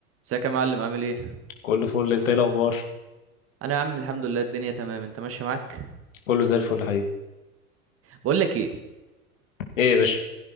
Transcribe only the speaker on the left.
كله فل انت ايه الاخبار
كله زي الفل يا حبيبي
ايه يا باشا